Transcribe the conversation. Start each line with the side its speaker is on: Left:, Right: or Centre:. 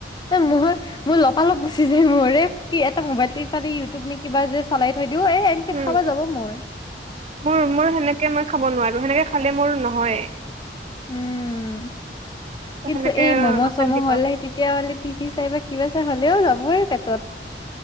Left: এ মৰ মোৰ লপালপ গুচি যায় মোৰ এই এটা মোবাইলটো ইফালে ইউটিউব নে কিবা যে চলাই থৈ দিও এ এনকে
Right: উম
Left: খাবা যাব মোৰ
Right: মোৰ মোৰ সেনেকে মই খাব নোৱাৰো সেনেকে খালে মোৰ নহয়।
Left: উম কিন্তু
Right: সেনেকে
Left: এই ম'ম'
Right: অশান্তি
Left: চম' হ'লে
Right: পাওঁ
Left: তেতিয়া হলে টিভি চাই বা কিবা চাই হ'লেও যাবইে পেট তত।